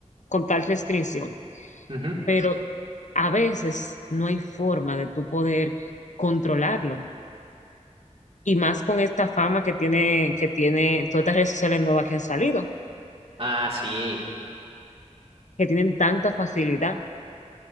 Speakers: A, on the left (about 75°); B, on the right (about 50°).
A: con tal restricción.
B: ujú.
A: Pero a veces no hay forma de tú poder controlarlo. Y más con esta fama que tiene, que tiene todas estas redes sociales nuevas que han salido
B: Ah, sí.
A: que tienen tanta facilidad